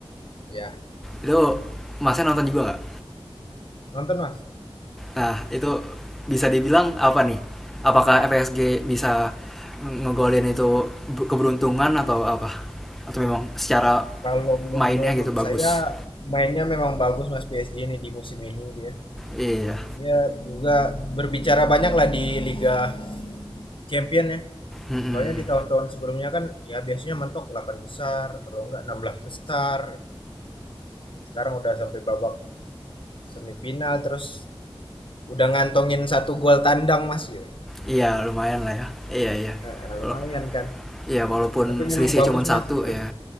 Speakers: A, on the left (about 60°); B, in the centre.
A: Ya,
B: Itu Masnya nonton juga nggak?
A: nonton Mas.
B: Nah, itu bisa dibilang apa nih? Apakah PSG bisa ngegolin itu keberuntungan atau apa? Atau memang secara
A: Kalau
B: mainnya
A: menurut
B: gitu bagus
A: saya mainnya memang bagus Mas PSG ini di musim ini dia.
B: iya
A: Dia juga berbicara banyak lah di Liga Champion ya.
B: Mm-mm.
A: Soalnya di tahun-tahun sebelumnya kan ya biasanya mentok 8 besar, kalau enggak 16 besar. Sekarang udah sampai babak semifinal terus udah ngantongin satu gol tandang Mas gitu.
B: iya lumayan lah ya iya iya
A: Eh, eh,
B: Wala-
A: lumayan kan.
B: iya
A: Eh,
B: walaupun
A: tapi memang
B: selisih
A: bagus
B: cuma satu
A: Mas. Terus
B: ya